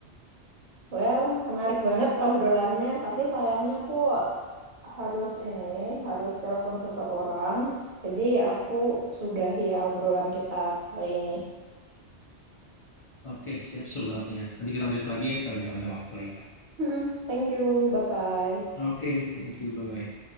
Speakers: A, on the right; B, on the left.
A: Well, menarik banget obrolannya, tapi sayangnya aku harus ini, harus telepon seseorang. Jadi aku sudahi ya obrolan kita kali ini.
B: Oke, siap suruh banget nih Kak. Nanti kita lanjut lagi ya kalau misalkan ada waktu lagi Kak.
A: Mm-mm. Thank you, bye-bye.
B: Oke, thank you, bye-bye.